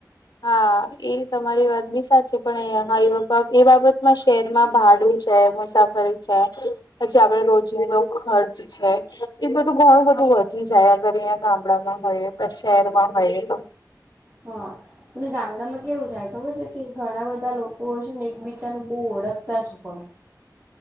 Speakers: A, on the left (about 75°); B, on the right (about 30°).
A: હા એ તમારી વાત બી સાચીપણ એ એ બાબતમાં શહેરમાં ભાડું છે. <unintelligible> કરી છે પછી આપડે રોજનો ખર્ચ છે એ બધું ઘણું બધું વધી જાય અગર અહીંયા ગામડામાં હોય તો શહેરમાં હોય તો.
B: હા. અને ગામડામાં કેવું થાય ખબર છે કે ઘણા બધા લોકો છે ને એકબીજાને બો ઓળખતા જ હોય.